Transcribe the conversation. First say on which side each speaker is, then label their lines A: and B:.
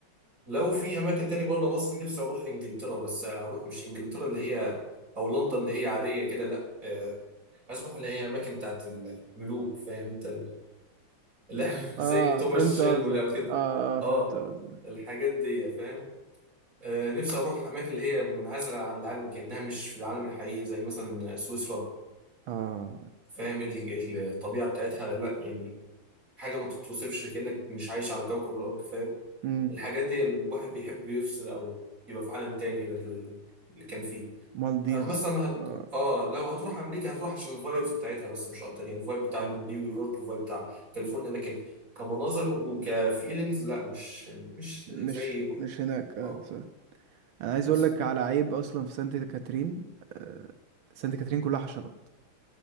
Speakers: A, on the right; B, on the right.
A: لو في أماكن تاني برضه مصر نفسي أروح إنجلترا بس أروح مش إنجلترا اللي هي أو لندن اللي هي عادية كده لا آه، حسبه اللي هي اماكن بتاعت الملوك فاهم انت ال- اللي احنا <laughs> زي
B: اه
A: توماس
B: فهمت
A: شيلبي
B: قصدك
A: اللي عمل كده
B: اه آه،
A: اه
B: فهمت قصدك
A: الحاجات دي فاهم آه نفسي اروح اماكن اللي هي منعزله عن العالم كانها مش في العالم الحقيقي زي مثلا سويسرا
B: اه
A: فاهم ال- الطبيعه بتاعتها لا يعني حاجه ما تتوصفش كانك مش عايش على كوكب الارض فاهم
B: امم
A: الحاجات دي الواحد بيحب يفصل او يبقى في عالم تاني غير اللي اللي كان فيه
B: مالديفز
A: آه، مثلا هت...
B: اه
A: اه لو هتروح امريكا هتروح عشان الفايبز بتاعتها بس مش اكتر يعني الفايب بتاع نيويورك الفايب بتاع كاليفورنيا لكن كمناظر وكفيلينجز لا مش مش
B: مش
A: زي
B: مش هناك اه
A: اه
B: صح انا عايز
A: بس
B: اقول لك على عيب اصلا في سانت كاترين آه، سانت كاترين كلها حشرات